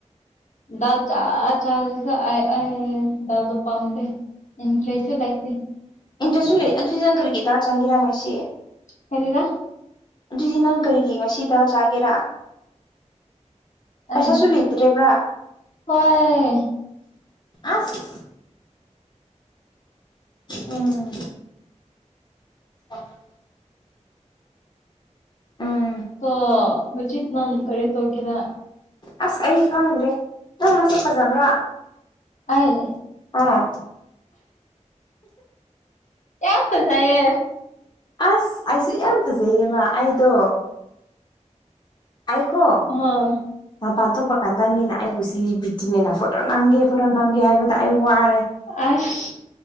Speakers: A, on the left (about 75°); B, on the left (about 35°).
A: ꯗꯜ ꯆꯥ ꯆꯥꯔ ꯑꯩ ꯗꯥꯜꯗꯣ ꯄꯥꯝꯗꯦ ꯏꯟꯇ꯭ꯔꯦꯁ ꯂꯥꯏꯇꯦ
B: ꯏꯟꯇ꯭ꯔꯦꯁꯁꯨ ꯂꯩ ꯑꯗꯨꯗꯤ ꯅꯪ ꯀꯔꯤꯒꯤ ꯗꯥꯜ ꯆꯥꯒꯦꯔꯥ ꯉꯁꯤ
A: ꯀꯔꯤꯔ
B: ꯑꯗꯨꯗꯤ ꯅꯪ ꯀꯔꯤꯒꯤ ꯉꯁꯤ ꯗꯥꯜ ꯆꯥꯒꯦꯔꯥ ꯄꯩꯁꯥꯁꯨ
A: ꯑꯩ
B: ꯂꯤꯇ꯭ꯔꯦꯕ꯭ꯔꯥ
A: ꯍꯣꯏ
B: ꯑꯁ ꯎꯝ <unintelligible> ꯎꯝ
A: ꯀꯣ ꯍꯧꯖꯤꯠ ꯅꯪ ꯀꯔꯤ ꯇꯧꯒꯦꯔ
B: ꯑꯁ ꯑꯩ ꯈꯪꯗ꯭ꯔꯦ ꯅꯪ ꯃꯁꯛ ꯐꯖꯥꯕꯔ
A: ꯑꯩ
B: ꯑꯥ
A: ꯑꯦ ꯐꯖꯌꯦ
B: ꯑꯁ ꯑꯩꯁꯨ ꯌꯥꯝ ꯐꯖꯩꯌꯦꯕ ꯑꯩꯗꯣ ꯑꯩꯀꯣ
A: ꯍꯣꯏ
B: ꯃꯄꯥꯟ ꯊꯣꯛꯄ ꯀꯥꯟꯗ ꯃꯤꯅ ꯑꯩꯕꯨ ꯁꯤ ꯂꯤꯕꯤ ꯆꯅꯤꯅ ꯐꯣꯇꯣ ꯅꯝꯒꯦ ꯐꯣꯇꯣ ꯅꯝꯒꯦ ꯍꯥꯏꯕꯗ ꯑꯩ ꯋꯥꯔꯦ
A: ꯑꯁ